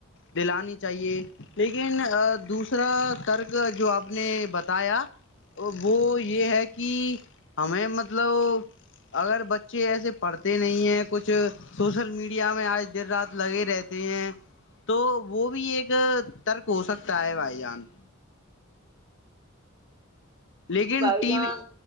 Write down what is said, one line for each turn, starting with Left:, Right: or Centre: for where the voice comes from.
Left: دلانی چاہیے لیکن دوس دوسرا ترک جو آپ نے بتایا وہ یہ ہے کہ ہمیں مطلب اگر بچے ایسے پڑھتے نہیں ہیں کچھ سوشل میڈیا میں آج دیر رات لگے رہتے ہیں تو وہ بھی ایک ترک ہو سکتا ہے بھائی بان لیکن
Right: جی بھائی
Left: ٹی
Right: جان
Left: وی